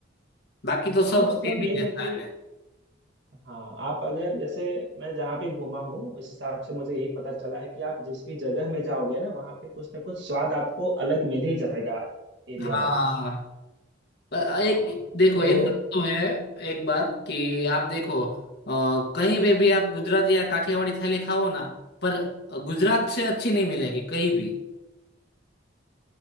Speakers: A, on the left (about 60°); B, on the right (about 65°).
A: बाकी तो
B: हाँ
A: सब
B: मतलब
A: सेम ही
B: यही
A: रहता
B: है कि
A: है
B: हाँ आप अगर जैसे मैं जहाँ पे घूमा हूँ उस हिसाब से मुझे यही पता चला है कि आप जिस भी जगह में जाओगे ना वहाँ पे कुछ ना कुछ स्वाद आपको अलग मिल ही जाएगा Area
A: हाँ
B: wise
A: पर
B: हाँ
A: एक देखो
B: तो
A: एक बात तो है एक बात कि आप देखो अ, कहीं पे भी आप गुजराती या काठियावाड़ी थाली खाओ ना पर गुजरात से अच्छी नहीं मिलेगी कहीं भी